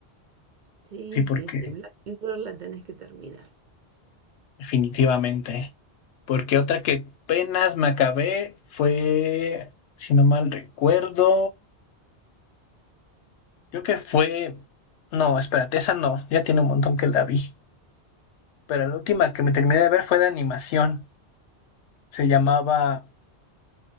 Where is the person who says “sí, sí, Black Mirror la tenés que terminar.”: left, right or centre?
Right